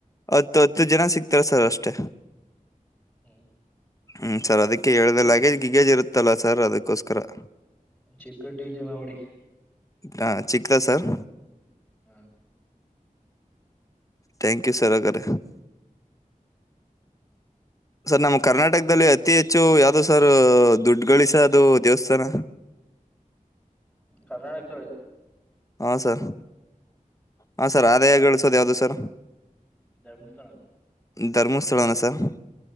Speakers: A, on the left; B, in the centre.
A: ಹತ್ತು ಹತ್ತು ಜನ ಸಿಕ್ತಾರ ಸರ್ ಅಷ್ಟೆ
B: ಹ್ಮ್
A: ಹ್ಮ್ ಸರ್ ಅದಕ್ಕ್ <unintelligible>
B: ಟಿ
A: ಲಗೇಜ್
B: ಟಿ
A: ಗಿಗೇಜ್ ಇರುತ್ತಲ್ಲ ಸರ್ ಅದಕ್ ಕೋಸ್ಕರ <unintelligible>
B: ಚಿಕ್ಕ ಟಿ ಟಿ ಮಾಡ್ಬಿಡಿ
A: ಹಾ ಚಿಕ್ಕದ ಸರ್
B: ಹ
A: ಥ್ಯಾಂಕ್ ಯು ಸರ್ ಅಗರೆ <unintelligible> ಸರ್ ನಮ್ಮ ಕರ್ನಾಟಕದಲ್ಲಿ ಅತಿ ಹೆಚ್ಚು ಯಾವ್ದು ಸರ್ ದುಡ್ ಗಳಿಸ ಅದು ದೇವಸ್ಥಾನ
B: ಕರ್ನಾಟಕ <unintelligible>
A: ಹಾ ಸರ್ ಹಾ ಸರ್
B: ಧರ್ಮಸ್ಥಳ
A: ಆದಾಯ ಗಳಿಸೋದ ಯಾವ್ದು ಸರ್
B: ಧರ್ಮಸ್ಥಳ
A: ಧರ್ಮಸ್ಥಳನ ಸರ್